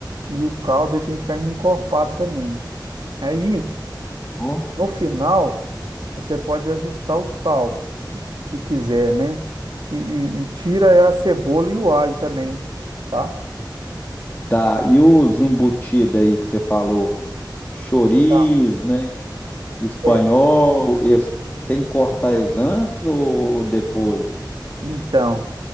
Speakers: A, on the right; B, on the left.
A: E o caldo ele tem que ficar encorpado também. Aí.
B: Ó.
A: No final, você pode ajustar o sal, se quiser, né? E, e- e tira a cebola e o alho também, tá?
B: Tá. E os embutidos aí que você falou, chorizo,
A: Tá.
B: né? Espanhol,
A: É,
B: eles tem que cortar eles antes ou depois?
A: então,